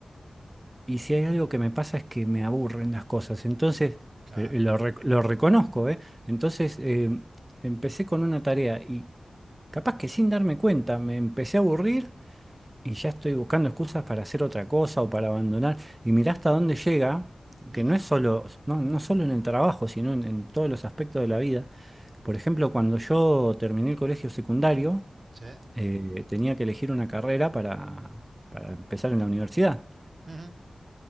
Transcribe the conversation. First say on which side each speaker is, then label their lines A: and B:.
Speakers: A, on the right; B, on the right.
A: Y si hay algo que me pasa es que me aburren las cosas. Entonces,
B: claro.
A: pero eh, lo, rec- lo reconozco, ¿eh? Entonces, eh, empecé con una tarea y capaz que sin darme cuenta me empecé a aburrir y ya estoy buscando excusas para hacer otra cosa o para abandonar. Y mirá hasta dónde llega,
B: <laughs>
A: que no es solo, no, no solo en el trabajo, sino en, en todos los aspectos de la vida. Por ejemplo, cuando yo terminé el colegio secundario,
B: ¿Sí?
A: eh, tenía que elegir una carrera para, para empezar en la universidad.
B: <laughs>